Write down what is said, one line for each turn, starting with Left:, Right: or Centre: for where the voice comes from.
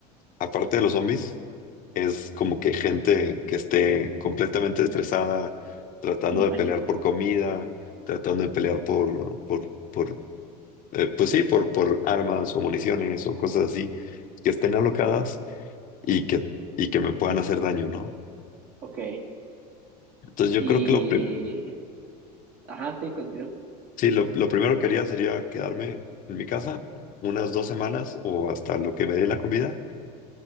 Left: aparte de los zombies, es como que gente que esté completamente estresada, tratando
Right: en pánico.
Left: de pelear por comida, tratando de pelear por, por, por eh, pues sí, por, por armas o municiones o cosas así, que estén alocadas y que, y que me puedan hacer daño, ¿no?
Right: Ok,
Left: Entonces yo
Right: y...
Left: creo que lo, pri-
Right: Ajá, sí, continúo.
Left: sí, lo, lo primero que haría sería quedarme en mi casa unas dos semanas o hasta lo que me dé la comida